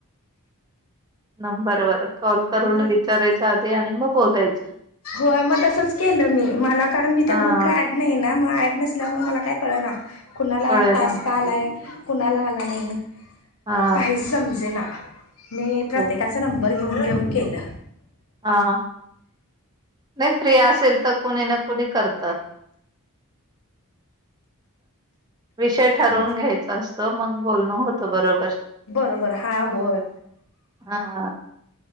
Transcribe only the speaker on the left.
मी
होय मग तसंच केलं मी मला कारण मी
त्या ग्रुपला ऍड नाही ना म ऍड नसल्यामुळे मला काय कळ ना. कुणाला
टास्क
आलाय कुणाला आला नाही
काहीच समजे ना. मी प्रत्येकाचा
नंबर घेऊन घेऊन केलं.
हा
बरोबर हा होय